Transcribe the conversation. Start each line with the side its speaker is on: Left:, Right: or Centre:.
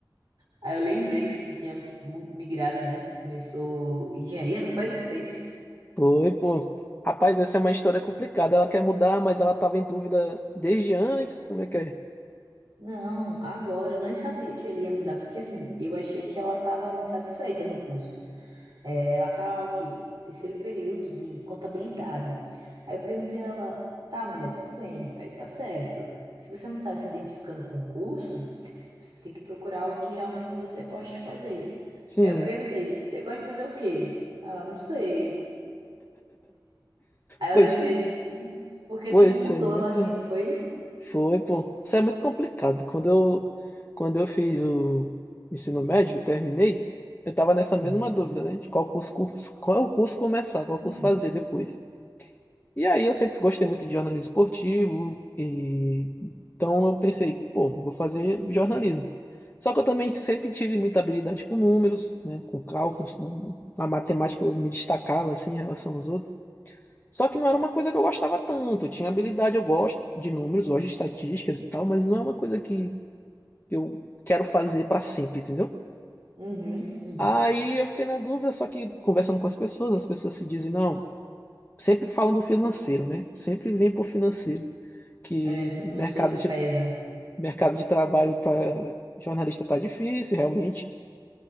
Right: aí eu lembrei que tu tinha mu- migrado, né? Tu começou engenharia, não foi? Foi isso?
Left: foi, pô. Rapaz, essa é uma história complicada. Ela quer mudar, mas ela tava em dúvida desde antes. Como é que é?
Right: Não, agora, eu não sabia que ele ia mudar, porque assim, eu achei que ela estava muito satisfeita no curso. É, ela tá, o quê? Terceiro período de contabilidade. Aí eu perguntei a ela, tá, mulher, tudo bem, aí tá certo. Se você não tá se identificando com o curso, você tem que procurar o que realmente você gosta de fazer.
Left: Sim.
Right: Aí eu perguntei, você gosta de fazer o quê? Ela, não sei. Aí
Left: Pois,
Right: eu lembrei de ti, porque
Left: pois,
Right: tu mudou
Left: é muito.
Right: assim, não foi?
Left: Foi, pô. Isso é muito complicado. Quando eu, quando eu fiz o ensino médio, eu terminei, eu tava nessa
Right: Hum.
Left: mesma dúvida, né? De qual curso, curso, qual curso começar, qual
Right: Uhum.
Left: curso fazer depois. E aí eu sempre gostei muito de jornalismo esportivo, e então eu pensei, pô, vou fazer jornalismo. Só que eu também sempre tive muita habilidade com números, né, com cálculos, com... a matemática eu me destacava assim em relação aos outros. Só que não era uma coisa que eu gostava tanto. Eu tinha habilidade, eu gosto de números, gosto de estatísticas e tal, mas não é uma coisa que eu quero fazer para sempre, entendeu?
Right: Uhum, uhum.
Left: Aí eu fiquei na dúvida, só que conversando com as pessoas, as pessoas se dizem, não, sempre falam do financeiro, né? Sempre vem pro financeiro. que
Right: É, financeiro
Left: mercado de,
Right: pesa.
Left: mercado de trabalho para jornalista tá difícil, realmente.